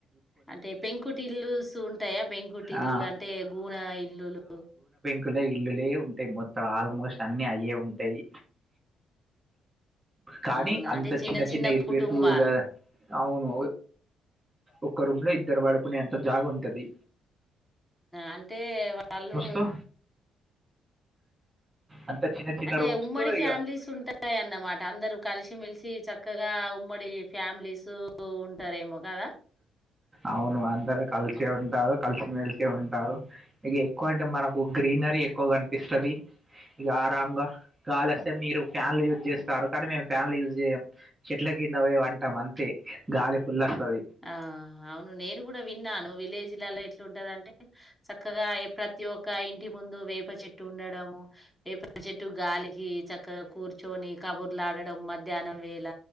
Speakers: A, in the centre; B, on the right (about 15°).
A: అంటే పెంకుటి ఇల్లుస్ ఉంటాయా పెంకుటి ఇల్లులు
B: ఆ!
A: అంటే గూన ఇల్లులు
B: కుల ఇల్లులే ఉంటాయి మొత్తం ఆల్మోస్ట్ అన్ని అయే ఉంటయి కానీ
A: అవునా
B: అంత
A: అంటే
B: చిన్న చిన్న ఇరుకు
A: కుటుంబాలు
B: ఇరుకుగా అవును ఒక్క రూమ్ లో ఇద్దరు పడుకునే అంత జాగ ఉంటది
A: అంటే వాళ్ళు
B: తో అంత చిన్న చిన్న
A: అంటే
B: రూమ్స్
A: ఉమ్మడి
B: తో
A: ఫ్యామిలీస్
B: ఇక
A: ఉంటాయిన్నమాట ట అందరూ కలిసి మెలిసి సి చక్కగా ఉమ్మడి ఫ్యామిలీస్ ఉంటారేమో కాదా
B: అవును అందరు కలిసి ఉంటారు కలిసిమెలిసి ఉంటారు ఇక ఎక్కువ అంటే మనకు గ్రీనరీ ఎక్కువ కనిపిస్తది ఇక ఆరాంగా గాలస్తే మీరు ఫ్యాన్లు యూజ్ చేస్తారు కానీ మేము ఫ్యాన్లు యూజ్ చేయ్యం చెట్ల కింద పోయి వంటాం అంతే గాలి ఫుల్ వస్తది
A: ఆ అవును నేను కూడా విన్నాను విలేజ్ లలో ఎట్లుంటదంటే చక్కగా ప్రతి ఒక్క ఇంటి ముందు వేప చెట్టు ఉండడము వేప చెట్టు గాలికి చక్కగా కూర్చొని కబుర్లులాడ డం మన్ మధ్యానం వేళ